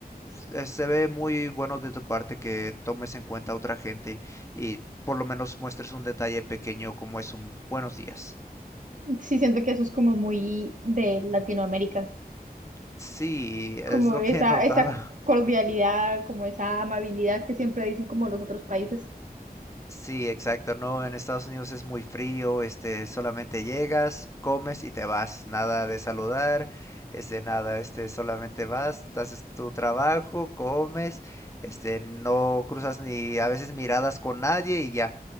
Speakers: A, on the left (about 20°); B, on the right (about 55°).
A: eh, se ve muy bueno de tu parte que tomes en cuenta a otra gente y por lo menos muestres un detalle pequeño como es un buenos días.
B: Sí, siento que eso es como muy de Latinoamérica,
A: Sí, es
B: como
A: lo
B: esa,
A: que he notado.
B: esa cordialidad, como esa amabilidad que siempre dicen como los otros países.
A: Sí, exacto, no, en Estados Unidos es muy frío, este, solamente llegas, comes y te vas, nada de saludar, este, nada, este, solamente vas, haces tu trabajo, comes, este, no cruzas ni a veces miradas con nadie y ya,